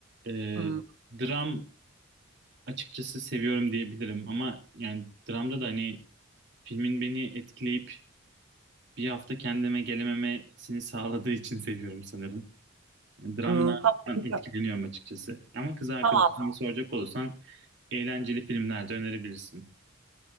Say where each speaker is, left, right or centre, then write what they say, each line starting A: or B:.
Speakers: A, on the right; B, on the right.
A: Ee,
B: hı.
A: dram açıkçası seviyorum diyebilirim ama yani dramda da hani filmin beni etkileyip bir hafta kendime gelememesini sağladığı için seviyorum sanırım. Dramlardan
B: Hmm, Tamam.
A: etkileniyorum açıkçası. Ama kız arkadaşına
B: Tamam.
A: soracak olursan eğlenceli filmler de önerebilirsin.